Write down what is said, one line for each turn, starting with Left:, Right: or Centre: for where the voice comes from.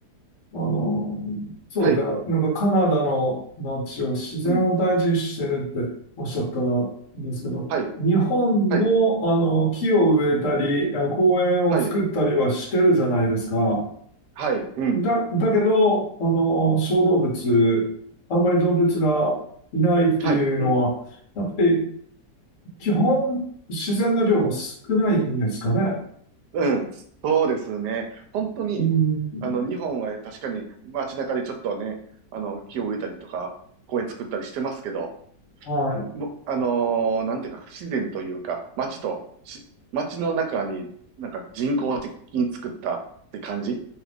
Left: あの、そうだ。
Right: はい、
Left: なんかカナダの街は自然を大事にしてるっておっしゃったんですけど、
Right: うん、はい、
Left: 日本もあの木を植えたり、
Right: はい、
Left: あ公園を作ったりはしてるじゃないですか。
Right: はい、はい、うん、
Left: だ、だけど、あの、小動物、あんまり動物がいないっていうのは、
Right: はい、うん、
Left: やっぱり基本自然の量が少ないんですかね。
Right: うん、そうですね。本当に、
Left: うん、
Right: あの、日本は確かに街中でちょっとね、あの、木を植えたりとか、公園作ったりしてますけど、
Left: はい、
Right: もあのーなんていうか、不自然というか、街とし、街の中になんか人工的に作ったって感じ。